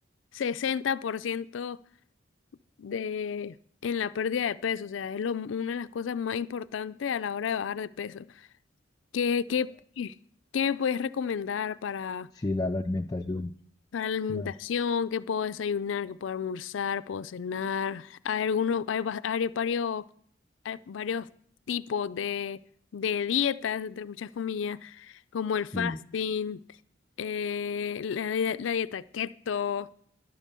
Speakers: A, on the left; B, on the left.
A: 60% de, en la pérdida de peso. O sea, es lo- una de las cosas más importantes a la hora de bajar de peso. ¿Qué, qué, qué me puedes recomendar para
B: Sí, la, la alimentación.
A: para la alimentación,
B: la-
A: qué puedo desayunar, qué puedo almorzar, puedo cenar. Hay algunos, hay, va- hay varios, hay varios tipos de, de dietas, entre muchas comillas, como el
B: Sí.
A: fasting, eh, la, la dieta keto.